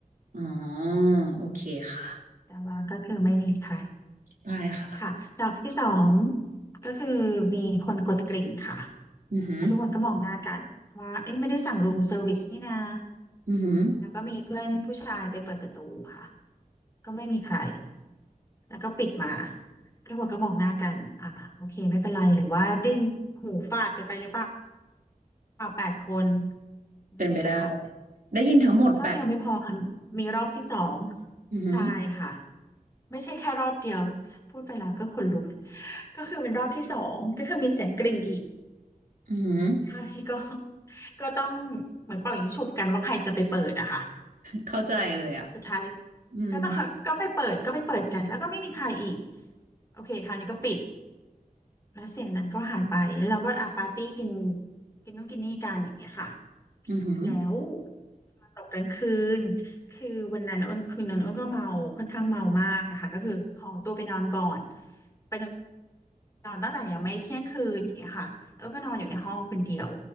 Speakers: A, on the right; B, on the left.
A: อ๋อโอเคค่ะ
B: แต่ว่าก็คือไม่มีใคร
A: ได้ค่ะ
B: ค่ะดอกที่สองก็คือมีคนกดกริ่งค่ะ
A: อือหือ
B: แล้วทุกคนก็มองหน้ากันว่าเอ๊ะไม่ได้สั่งรูมเซอร์วิสนี่นา
A: อือหือ
B: แล้วก็มีเพื่อนผู้ชายไปเปิดประตูค่ะก็ไม่มีใครแล้วก็ปิดมาทุกคนก็มองหน้ากันอ่าโอเคไม่เป็นไรหรือว่าได้หูฟาดกันไปหรือเปล่าแปดคนอะไรอย่างเงี้ยค่ะ
A: เป็นไปได้ได้ยินทั้งหมดแปด
B: รอบเดียวไม่พอค่ะมีรอบที่สอง
A: อือหือ
B: ใช่ค่ะไม่ใช่แค่รอบเดียวพูดไปแล้วก็ขนลุกก็คือเป็นรอบที่สองก็คือมีเสียงกริ่งอีก
A: อือหือ
B: คราวนี้ก็ <laughs> ก็ต้องเหมือนเป่ายิงฉุบกันว่าใครจะไปเปิดอะค่ะ
A: เข้าใจเลยอ่ะ
B: สุดท้าย
A: อืม
B: ก็ต้องก็ไปเปิดก็ไปเปิดกันแล้วก็ไม่มีใครอีกโอเคคราวนี้ก็ปิดแล้วเสียงนั้นก็หายไปแล้วเราก็อ่ะปาร์ตี้กินกินนู่นกินนี่กันอย่างเงี้ยค่ะ
A: อือหือ
B: แล้วตกกลางคืนคือวันนั้นอ้นคืนนั้นอ้นก็เมาค่อนข้างเมามากอะค่ะก็คือขอตัวไปนอนก่อนไปนอนนอนตั้งแต่ยังไม่เที่ยงคืนอย่างเงี้ยค่ะแล้วก็นอนอยู่ในห้องคนเดียว